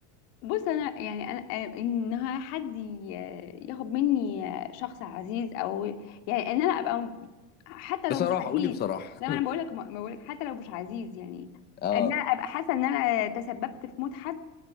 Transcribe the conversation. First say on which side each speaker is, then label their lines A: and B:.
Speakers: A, on the left (about 70°); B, on the left (about 20°).
A: بص انا يعني انا آه، ان حد ي- ياخد مني آه، شخص عزيز او يعني ان انا ابقى حتى لو
B: بصراحه
A: مش عزيز
B: قولي بصراحه
A: لا
B: <laughs>
A: ما انا بقول لك ما بقول لك حتى لو مش عزيز يعني
B: اه
A: ان انا ابقى حاسه ان انا تسببت في موت حد